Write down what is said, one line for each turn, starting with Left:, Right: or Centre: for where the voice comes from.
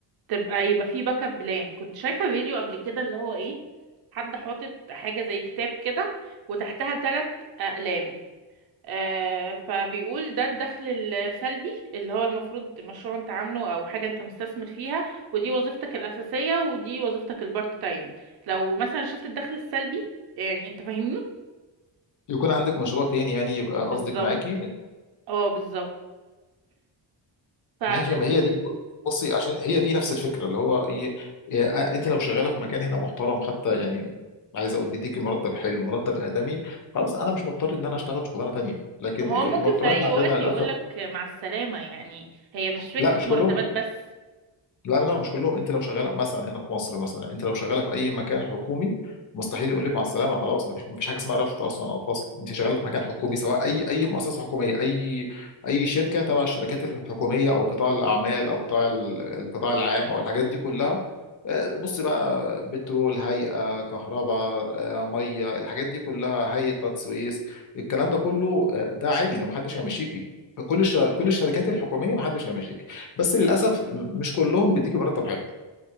Right: تبقى يبقى في باك اب بلان كنت شايفة فيديو قبل كده اللي هو ايه حد حاطط حاجة زي كتاب كده وتحتها ثلاث اقلام آه، فبيقول ده الدخل السلبي اللي هو المفروض مشروع انت عامله او حاجة انت مستثمر فيها ودي وظيفتك الأساسية ودي وظيفتك البارت تايم لو مثلا شلت الدخل السلبي يعني انت فاهمني
Left: يكون عندك مشروع تاني يعني يبقى
Right: بالظبط
Left: قصدك معاكي
Right: اه بالظبط فهو
Left: ما هي ما هي دي بصي عشان هي دي نفس الفكره اللي هو ايه إيه، آه، انت لو شغاله في مكان هنا محترم حتى يعني عايز اقول بيديكي مرتب حلو مرتب ادمي خلاص انا مش مضطر ان انا اشتغل شغلانه تانيه لكن
Right: ممكن
Left: آه، المرتبات
Right: في اي
Left: عندنا
Right: وقت
Left: للاسف
Right: يقولك مع السلامة يعني هي مش فكرة
Left: لا مش
Right: مرتبات
Left: كلهم
Right: بس
Left: لا لا مش كلهم انت لو شغاله مثلا هنا في مصر مثلا انت لو شغاله في اي مكان حكومي مستحيل يقول لك مع السلامه خلاص ما فيش ما فيش حاجه اسمها رفض اصلا او فصل انت شغاله في مكان حكومي سواء اي اي مؤسسه حكوميه اي اي شركه تبع الشركات الحكوميه او قطاع الاعمال او قطاع ال- القطاع العام او الحاجات دي كلها آه، بص بقى بترول هيئه كهرباء آه، ميه الحاجات دي كلها هيئه قناه السويس الكلام ده كله آه، ده عادي ده ما حدش هيمشيكي كل الش... كل الشركات الحكوميه ما حدش هيمشيكي بس للاسف مش كلهم بيديكي مرتب حلو